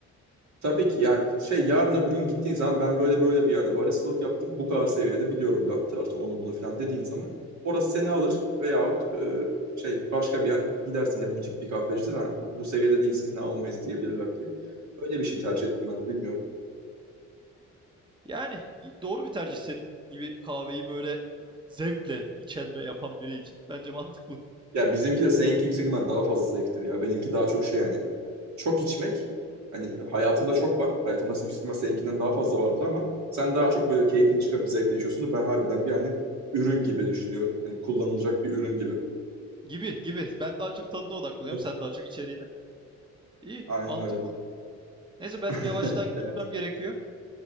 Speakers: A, on the right; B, on the right.
A: Tabii ki yani şey yarın öbür gün gittiğin zaman ben böyle böyle bir yerde baristalık yaptım. Bu kadar seviyede biliyorum latte artı onu bunu falan dediğin zaman orası seni alır veyahut e, şey başka bir yer gidersin ya butik bir kahvecidir. Ha, bu, bu seviyede değilse seni almayız diyebilirler diye. Öyle bir şey tercih ettim ben de bilmiyorum.
B: Yani doğru bir tercih senin gibi kahveyi böyle zevkle içen ve yapan biri için. Bence mantıklı.
A: Ya bizimki de seninki yüksek ihtimal daha fazla zevktir ya. Benimki daha çok şey yani. Çok içmek hani hayatımda çok var. Hayatımda yüksek ihtimal seninkinden daha fazla vardır ama sen daha çok böyle keyfini çıkarıp zevkle içiyorsundur. Ben harbiden bir hani ürün gibi düşünüyorum. Hani kullanılacak bir ürün gibi.
B: Gibi gibi. Ben daha çok tadına odaklanıyorum.
A: Evet.
B: Sen daha çok içeriğine. İyi,
A: Aynen
B: mantıklı.
A: öyle.
B: Neyse ben
A: <laughs>
B: yavaştan
A: Evet.
B: gitmem gerekiyor.